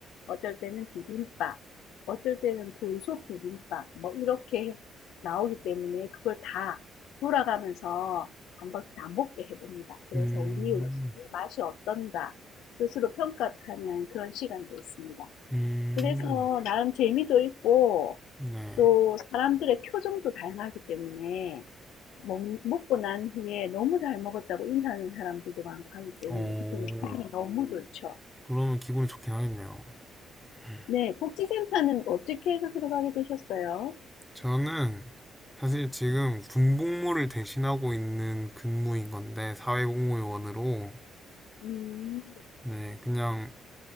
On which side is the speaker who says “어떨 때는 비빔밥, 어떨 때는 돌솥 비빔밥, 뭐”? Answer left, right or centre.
Left